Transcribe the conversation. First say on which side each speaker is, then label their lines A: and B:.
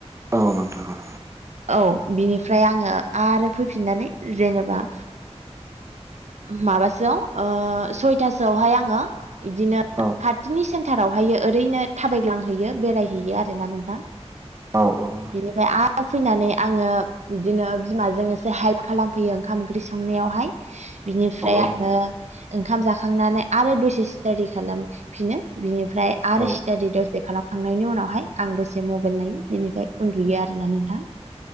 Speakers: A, on the right; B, on the right.
A: औ नोंथां औ
B: औ बिनिफ्राय आङो आरो फैफिननानै जेनेबा माबासोआव ओ सयथासोआवहाय आङो बिदिनो
A: औ
B: खाथिनि सेन थारावहायो ओरैनो थाबायग्लांहैयो बेरायहैयो आरोना नोंथां
A: औ-औ
B: बिनिफ्राय आरो फैनानै आङो बिदिनो बिमाजों एसे हेल्प खालामफैयो ओंखाम ओंख्रि संनायावहाय बिनिफ्राय
A: औ
B: आङो ओंखाम जाखांनानै आरो दसे स्टाडि खालामफिनो बिनि फ्राय आरो
A: औ नोंथां औ
B: स्टाडि दसे खालाम खांनायनि उनावहाय आं दसे मबाइल नायो बिनिफ्राय उन्दुयो आरोना नोंथां